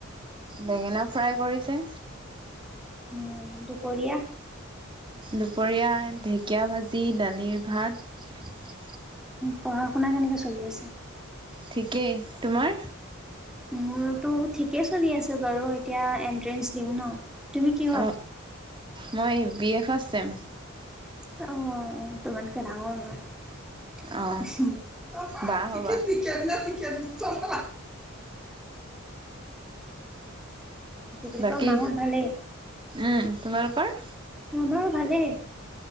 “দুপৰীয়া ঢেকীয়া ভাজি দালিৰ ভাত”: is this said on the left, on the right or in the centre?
Right